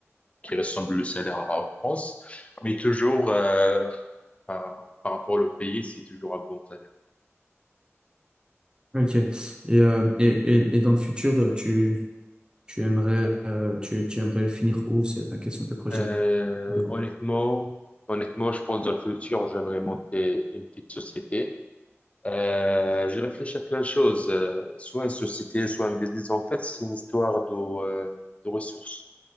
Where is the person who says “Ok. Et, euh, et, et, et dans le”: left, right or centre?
Right